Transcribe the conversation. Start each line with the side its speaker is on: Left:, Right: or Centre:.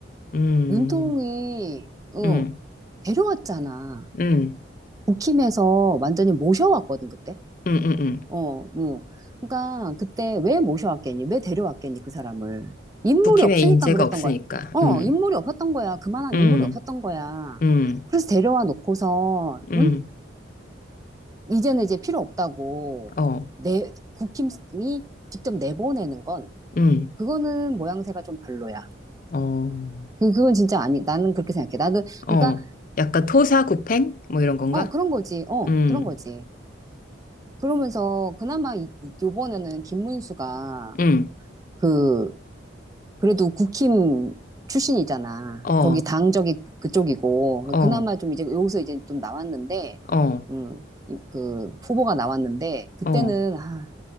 Left: 음,
Right: 윤통이, 어,
Left: 음, 음,
Right: 데려왔잖아.
Left: 음,
Right: 국힘에서 완전히 모셔왔거든, 그때.
Left: 음, 음.
Right: 어, 뭐. 그러니까 그때 왜 모셔왔겠니? 왜 데려왔겠니, 그 사람을. 인물이
Left: 국힘에
Right: 없으니까
Left: 인재가
Right: 그랬던
Left: 없으니까,
Right: 거야. 어,
Left: 음,
Right: 인물이 없었던 거야. 그만한
Left: 음,
Right: 인물이 없었던 거야.
Left: 음,
Right: 그래서 데려와 놓고서,
Left: 음,
Right: 응? 이제는 이제 필요 없다고.
Left: 어,
Right: 내, 국힘이 직접 내보내는 건,
Left: 음,
Right: 그거는 모양새가 좀 별로야.
Left: 어,
Right: 그, 그건 진짜 아니, 나는 그렇게 생각해. 나도, 그러니까,
Left: 어. 약간 토사구팽? 뭐 이런 건가?
Right: 어, 그런 거지. 어,
Left: 음,
Right: 그런 거지. 그러면서 그나마 이, 이번에는 김문수가
Left: 음,
Right: 그, 그래도 국힘 출신이잖아.
Left: 어,
Right: 거기 당적이 그쪽이고.
Left: 어,
Right: 그나마 좀 이제 여기서 이제 좀 나왔는데,
Left: 어,
Right: 음, 이- 그 후보가 나왔는데, 그때는,
Left: 어,
Right: 아,